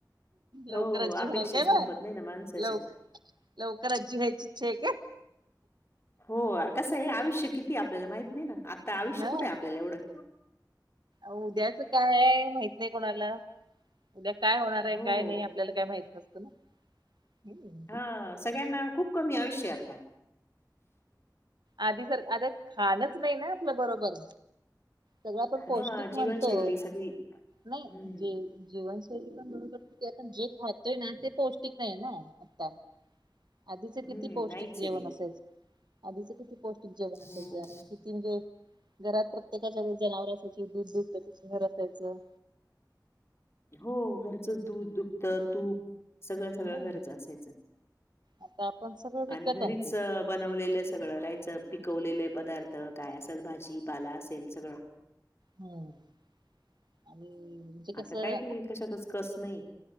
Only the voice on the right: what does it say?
लवकर आजी
होणार काय
म,
लवकर लवकर आजी व्हायची इच्छा ये काय?
हा
उद्याच काय हाय माहित नाय कोणाला, उद्या काय होणार हाय
काय नाही. आप आपल्याला काय माहित नसतं ना, हूं
आधी सार आता खाणच नाय न आपलं बरोबर सगळं आपण पौष्टिक
म्हणतो.
नाय
जे जेवणं तरी पण बरोबर की, ते आपण जे खातोय ना ते पौष्टिक हाय ना आता आधीच किती
पौष्टीक
जेवण
असायच. आधीचं किती पौष्टिक जेवण असायच.
आणि किती म्हणजे घरात प्रत्येकाच्या जनावर असायची दूध दूबत घर असायचं
हम्म
आता आपण सगळं विकत
आणतो
हो आणि म्हणजे कसं